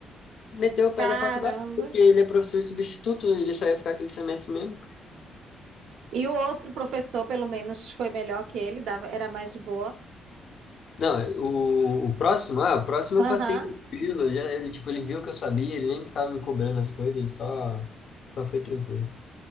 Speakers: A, on the left (about 55°); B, on the right (about 80°).
A: Meteu o pé
B: Caramba.
A: da faculdade, porque ele é professor substituto, ele só ia ficar aquele semestre mesmo.
B: E o outro professor, pelo menos, foi melhor que ele, dava, era mais de boa.
A: Não, o, o próximo, ah, o próximo
B: Aham.
A: eu passei tranquilo, já, ele, tipo, ele viu que eu sabia, ele nem ficava me cobrando as coisas, ele só, só foi tranquilo.